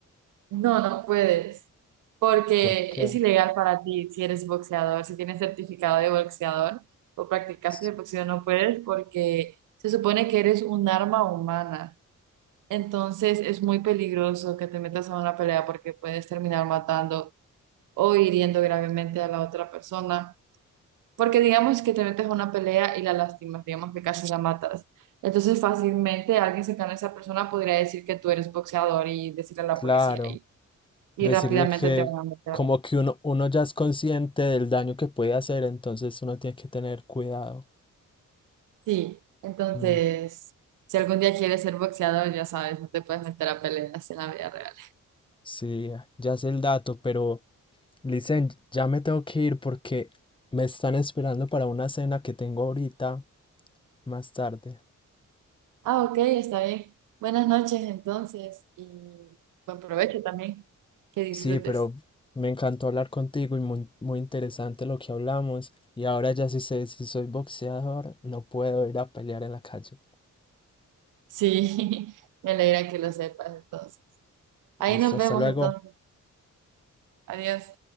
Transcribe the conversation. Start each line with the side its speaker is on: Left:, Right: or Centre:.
Right: No, no puedes, porque
Left: ¿Por qué?
Right: es ilegal para ti si eres boxeador, si tienes certificado de boxeador o practicaste
Left: Sí,
Right: el boxeo, no puedes porque se supone que eres un arma humana. Entonces es muy peligroso que te metas a una pelea porque puedes terminar matando o hiriendo gravemente a la otra persona. Porque digamos que te metes a una pelea y la lastimas, digamos que casi la matas. Entonces fácilmente alguien cercano a esa persona podría decir que tú eres boxeador y decirle a la
Left: Claro,
Right: policía y
Left: decirle
Right: rápidamente
Left: que
Right: te van a meter.
Left: como que uno, uno ya es consciente del daño que puede hacer, entonces uno tiene que tener cuidado.
Right: Sí, entonces,
Left: Mm,
Right: si algún día quieres ser boxeador, ya sabes, no te puedes meter a peleas en la vida real.
Left: sí, ya sé el dato, pero Licen, ya me tengo que ir porque me están esperando para una cena que tengo ahorita más tarde.
Right: Ah, ok, está bien. Buenas noches entonces y buen provecho también. Que disfrutes.
Left: Sí, pero me encantó hablar contigo y muy, muy interesante lo que hablamos. Y ahora ya sí sé si soy boxeador, no puedo ir a pelear en la calle.
Right: Sí, <laughs> me alegra que lo sepas entonces. Ahí
Left: Listo,
Right: nos
Left: hasta
Right: vemos
Left: luego.
Right: entonces. Adiós.